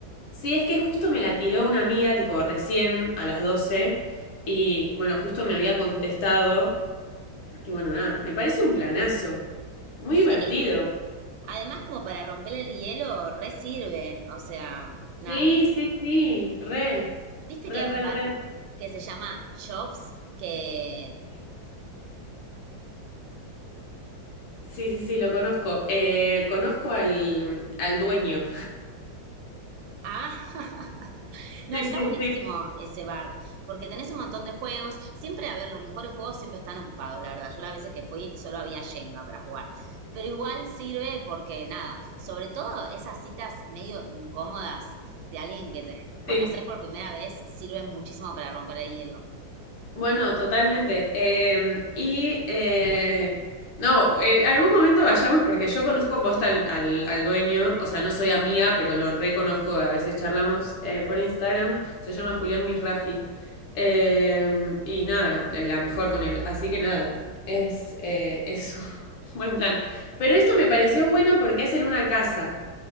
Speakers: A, on the left (about 85°); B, on the right (about 80°).
A: Sí, es que justo me la tiró una amiga, tipo, recién a las doce Y bueno, justo me había contestado. Y bueno, nada, me parece un planazo. Muy
B: Sí.
A: divertido.
B: Además, como para romper el hielo, re sirve. O sea, nada.
A: Sí, sí, sí, re,
B: ¿Viste
A: re,
B: que hay
A: re,
B: un bar
A: re.
B: que se llama Shops? Que...
A: Sí, sí, sí, lo conozco. Eh, conozco al, al dueño.
B: Ah, <laughs> No,
A: Sí,
B: está
A: sí,
B: buenísimo
A: sí,
B: ese bar, porque tenés un montón de juegos. Siempre, a ver, los mejores juegos siempre están ocupados, la verdad. Yo las veces que fui solo había Jenga para jugar. Pero igual sirve porque, nada, sobre todo esas citas medio incómodas de alguien que te conoces
A: sí.
B: por primera vez sirven muchísimo para romper el hielo.
A: Bueno, totalmente. Eh, y eh, no, eh, algún momento vayamos porque yo conozco posta al, al- al dueño, o sea, no soy amiga, pero lo reconozco, a veces charlamos eh, por Instagram, se llama Julián Misraji. Eh, y nada, la la mejor con él, así que nada, es, eh, es <laughs> un buen plan. Pero esto me pareció bueno porque es en una casa,